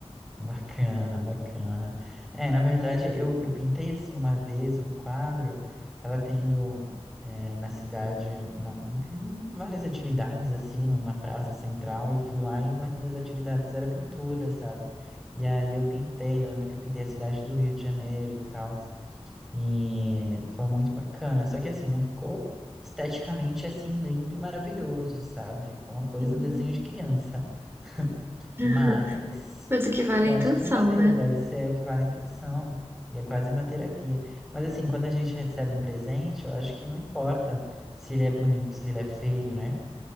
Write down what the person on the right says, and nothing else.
Uhum.
<laughs>
Mas o que vale
é a intenção,
né?